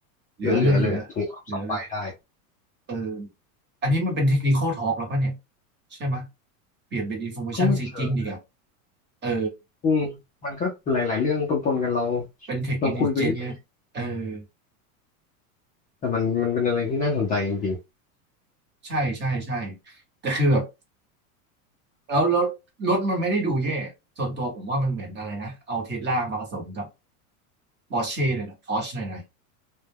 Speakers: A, on the right (about 25°); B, on the left (about 20°).
A: เหลือเลยเหลือเหลือเลย
B: เหลือๆเลยถุงลมสองใบได้
A: เอออันนี้มันเป็นเทคนิคอลทอล์กแล้วป่ะเนี่ยใช่ไหมยเปลี่ยนเป็นอินโฟ m a มชันซีกิ้งดีกว่า
B: ก็ไม่เชิง
A: เออ
B: อืมมันก็หลายๆเรื่องปนๆกันเรา
A: เป็นเทคอินเจเนียเออ
B: เราคุยไปเรื่อยแต่มันมันเป็นอะไรที่น่าสนใจจริง
A: ใช่ใช่ใช่แต่คือแบบ แล้วแล้วรถมันไม่ได้ดูแย่ส่วนตัวผมว่ามันเหมือนอะไรนะเอาเทสลามาผสมกับปอร์เช่เลยนะพอร์ชหน่อยหน่อย